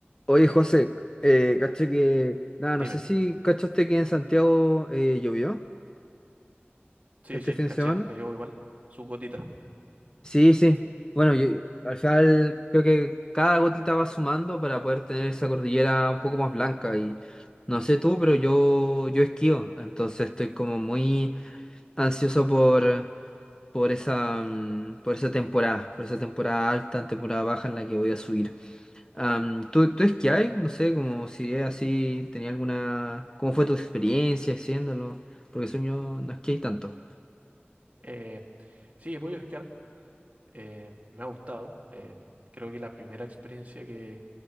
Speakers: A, on the left; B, on the right.
A: Oye, José, eh, caché que. Nada,
B: Dime.
A: no sé si cachaste que en Santiago eh, llovió
B: Sí,
A: este
B: sí,
A: fin
B: caché,
A: de semana.
B: cayó igual su gotita.
A: Sí, sí. Bueno, yo- al final creo que cada gotita va sumando para poder tener esa cordillera un poco más blanca. Y no sé tú, pero yo, yo esquío. Entonces estoy como muy ansioso por, por esa, mm, por esa temporada, por esa temporada alta, temporada baja en la que voy a subir. Am, ¿tú, tú esquiabas? No sé, como si es así, tenía alguna... ¿Cómo fue tu experiencia haciéndolo? Porque sueño no esquié tanto.
B: Eh, sí, he podido esquiar. eh, me ha gustado. em, creo que la primera experiencia que,